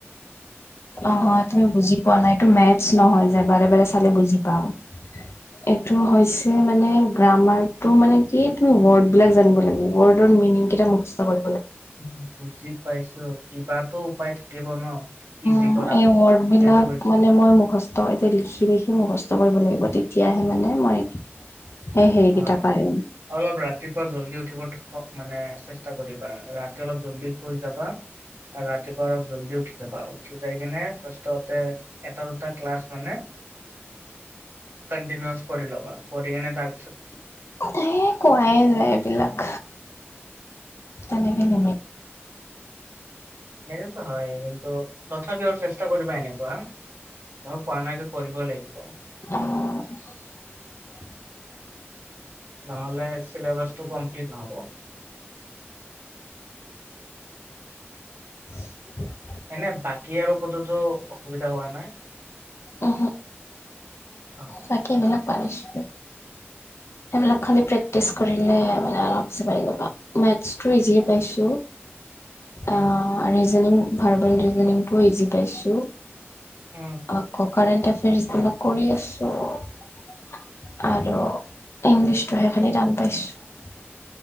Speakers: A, on the left; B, on the right.
A: অ, হয় তুমি বুজি পোৱা নাই এইটো মেথছ নহয় যে বাৰে বাৰে চালে বুজি পাম। এইটো হৈছে মানে গ্ৰামাৰ টো মানে কি তুমি ৱৰ্ড বিলাক জানিব লাগিব ৱৰ্ডৰ মিনিঙ কেইটা মুখস্থ কৰ
B: উম', বুজি পাইছো কিবাতো উপায় থাকিব ন? ইজি
A: অ'
B: কৰা
A: এই ৱৰ্ডবিলাক
B: সেইটো কৈছো
A: মানে মই মুখস্থ ত' এতিয়া লিখি লিখি মুখস্থ কৰিব লাগিব তেতিয়াহে মানে মই সেই হেৰিকেইটা
B: হয়,
A: পাৰিম।
B: অলপ ৰাতিপুৱা জলদি উঠি উঠিব মানে চেষ্টা কৰিবা ৰাতি অলপ জল্দি শুই যাবা। আৰু ৰাতিপুৱা অলপ জল্দি উঠি যাবা। উঠি যাই কিনে ফাৰ্ষ্টতে এটা দুটা ক্লাছ মানে কন্টিনচ কৰি ল'বা কৰি কেনে তাৰপিছত
A: সে কোৱাই যায় এইবিলাক তেনেকে <inaudible>
B: সেইটোতো হয় কিন্তু তথাপিও চেষ্টা কৰিবা এনেকুৱা মই কোৱা নাই যে কৰিবই লাগিব
A: অ',
B: নহলে চিলেবছটো কমপ্লিট নহব।
A: <inaudible>
B: এনে বাকী আৰু ক'তোতো অসুবিধা হোৱা নাই?
A: অহ।
B: অ',
A: বাকী এইবিলাক পাইছোঁ, এইবিলাক খালি প্ৰেক্টিচ <unintelligible> মানে <unintelligible> মেটজতো ইজিয়ে পাইছোঁ।
B: উম,
A: অ' ৰিজনিং ভাৰ্বেল ৰিজনিংটো ইজি পাইছোঁ।
B: উম,
A: আকৌ কাৰেন্ট এফেৰিয়ান্ছ বিলাক কৰি আছোঁ। আৰু ইংলিছটো সেই খালি টান পাইছোঁ।